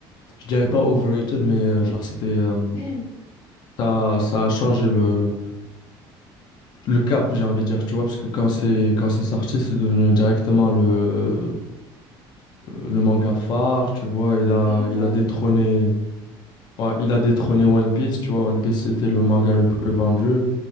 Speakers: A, on the left; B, on the left.
A: je dirais pas overrated, mais euh, genre, c'était, euh,
B: Ouais,
A: Ça, ça a changé le, le cap, j'ai envie de dire, tu vois, parce que quand c'est quand c'est sorti, c'est devenu directement le, le manga phare, tu vois, il a,
B: oui,
A: il
B: voilà,
A: a détrôné,
B: c'est ça.
A: ouais, il a détrôné One Piece, tu vois, One Piece c'était le
B: Ouais,
A: manga le plus vendu,